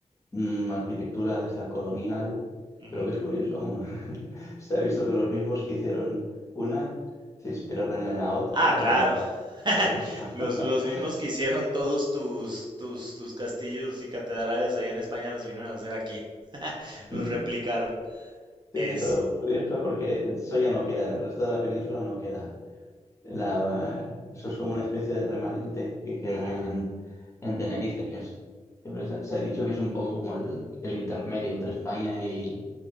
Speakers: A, on the left; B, on the right.
A: mm, arquitectura de esta colonial,
B: Ujú.
A: pero que es curioso, <laughs> se ha visto que los mismos que hicieron una se inspiraron en la otra
B: Ah, claro.
A: o
B: <laughs>
A: viceversa. <laughs>
B: Los, los mismos que hicieron todos tus, tus, tus castillos y catedrales allá en España los vinieron a hacer aquí. <laughs> Los
A: Mm.
B: replicaron.
A: Sí,
B: Es.
A: sí, pero curioso porque eso ya no queda, en el resto de la península no queda. La, eso es como una especie de remanente que queda
B: ujú,
A: en, en Tenerife, que es, siempre se, se ha dicho que es un poco como el, el intermedio entre España y,